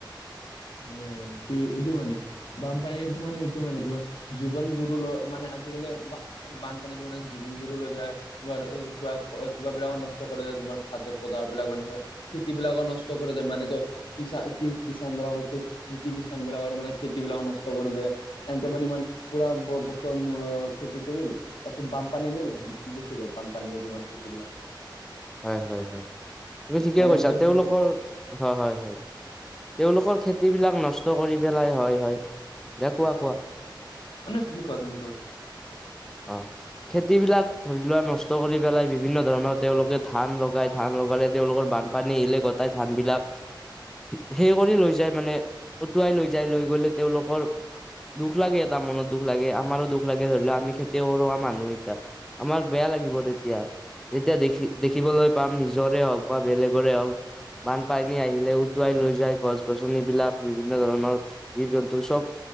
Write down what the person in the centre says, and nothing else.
হয় হয় হয় তুমি ঠিকে
কৈছা
তেওঁলোকৰ,
হয় হয় হয়। তেওঁলোকৰ খেতি বিলাক নষ্ট কৰি পেলাই, হয় হয়। দে কোৱা কোৱা?
অ খেতিবিলাক ধৰি লোৱা নষ্ট কৰি পেলাই বিভিন্ন ধৰণৰ তেওঁলোকে ধান লগাই ধান লগালে তেওঁলোকৰ বানপানী ইলে গটাই ধানবিলাক সে কৰি লৈ যায় মানে, উটুৱাই লৈ যায় লৈ গলে তেওঁলোকৰ দুখ লাগে এটা মনত দুখ লাগে আমাৰো দুখ লাগে ধৰি লও আমি খেতি কৰা মানুহ এইতাক আমাক বেয়া লাগিব তেতিয়া যেতিয়া দেখি দেখিবলৈ পাম নিজৰে হওক বা বেলেগৰে হওক বানপানী আহিলে উটুৱাই লৈ যায় গছ গছনিবিলাক বিভিন্ন ধৰণৰ জীৱ জন্তু চব